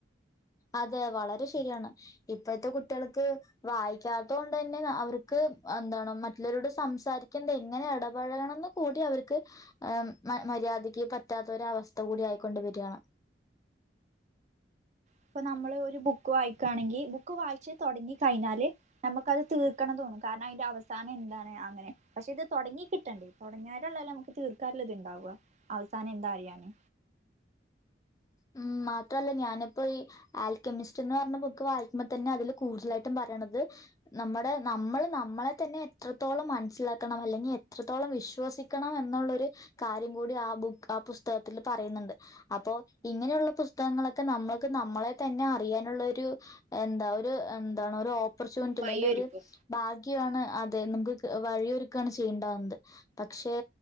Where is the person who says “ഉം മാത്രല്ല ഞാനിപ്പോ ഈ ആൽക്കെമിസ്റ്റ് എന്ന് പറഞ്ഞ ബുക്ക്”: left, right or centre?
Left